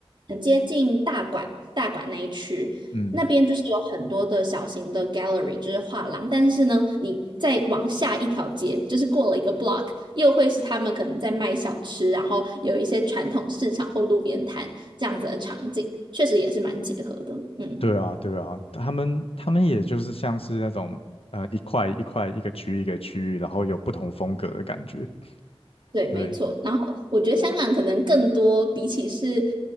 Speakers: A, on the right (about 55°); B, on the left (about 75°).
A: 很接近大馆大馆那一区，
B: 嗯，
A: 那边就是有很多的小型的 gallery，就是画廊。但是呢，你再往下一条街，就是过了一个 block，又会是他们可能在卖小吃，然后有一些传统市场或路边摊这样子的场景，确实也是蛮结合的。嗯
B: 对啊，对啊，他们他们也就是像是那种呃一块一块一个区域一个区域，然后有不同风格的感觉，
A: 对，没错。
B: 对。
A: 然后我觉得香港可能更多，比起是